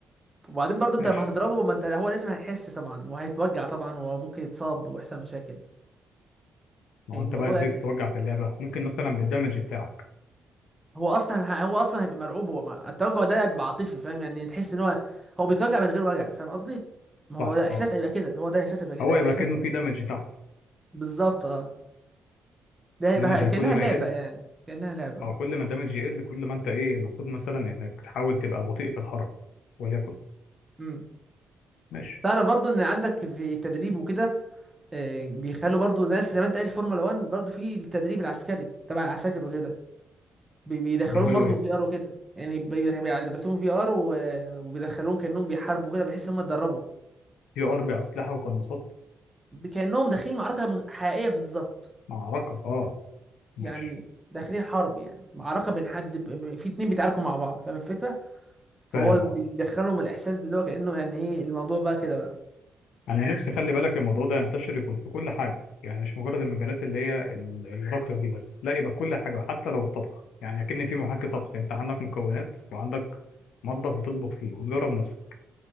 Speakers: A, on the right; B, on the left.
A: وبعدين برضه انت
B: <laughs> ماشي
A: لما هتضربه ما انت هو لازم هيحس طبعا وهيتوجع طبعا وممكن يتصاب ويحصل مشاكل
B: ما
A: يعني
B: هو انت
A: الموضوع
B: بقى ازاي
A: يعني
B: تتوجع في اللعبه ممكن مثلا بالدمج بتاعك
A: هو اصلا ه- هو اصلا هيبقى مرعوب هو ما- التوجع ده بيبقى عاطفي فاهم يعني تحس ان هو هو بيتوجع من غير وجع فاهم قصدي ما
B: صح
A: هو ده احساس
B: اه
A: هيبقى كده هو ده احساس هيبقى كده
B: هو
A: هيبقى
B: يبقى
A: احساس
B: كأنه
A: غريب
B: في دمج تحت
A: بالظبط اه ده هيبقى
B: الدمج ده
A: كانها
B: كل ما
A: لعبه
B: يقل
A: يعني كانها لعبه اه
B: اه كل ما الدمج يقل كل ما انت ايه المفروض مثلا انك تحاول تبقى بطيء في الحركه وليكن
A: امم
B: ماشي
A: تعرف برضه ان عندك في التدريب وكده آه، بيخلوا برضو زي زي ما انت قايل الفورمولا 1 برضو في التدريب العسكري تبع العساكر وكده بي- بيدخلوهم
B: بيعملوا
A: برضو
B: ايه
A: في في ار وكده يعني بي- بيلبسوهم في ار وبيدخلوهم كانهم بيحاربوا كده بحيث ان هم اتدربوا
B: في ار باسلحه وقناصات
A: ب- كانهم داخلين معركه مز- حقيقيه بالظبط
B: معركه اه ماشي
A: يعني داخلين حرب يعني معركه بين حد ب... ب- في اتنين بيتعاركوا مع بعض فاهم الفكره فهو
B: فاهم
A: بيدخلهم الاحساس ده اللي هو كانه يعني ايه الموضوع بقى كده بقى
B: انا نفسي خلي بالك الموضوع ده ينتشر يكون في كل حاجه يعني مش مجرد المجالات اللي هي ال- الراقيه دي بس لا يبقى كل حاجه حتى لو الطبخ يعني اكن في محاكي طبخ انت عندك مكونات وعندك مطبخ بتطبخ فيه وتجرب نفسك